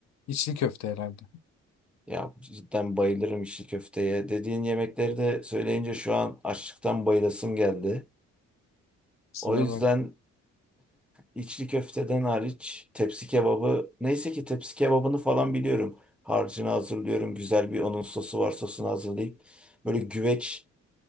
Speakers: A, on the left (about 65°); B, in the centre.
A: içli köfte herhalde.
B: Ya cidden bayılırım içli köfteye. Dediğin yemekleri de söyleyince şu an açlıktan bayılasım geldi.
A: Sıra
B: O yüzden
A: bak.
B: içli köfteden hariç tepsi kebabı neyse ki tepsi kebabını falan biliyorum. Harcını hazırlıyorum. Güzel bir onun sosu var sosunu hazırlayıp böyle güveç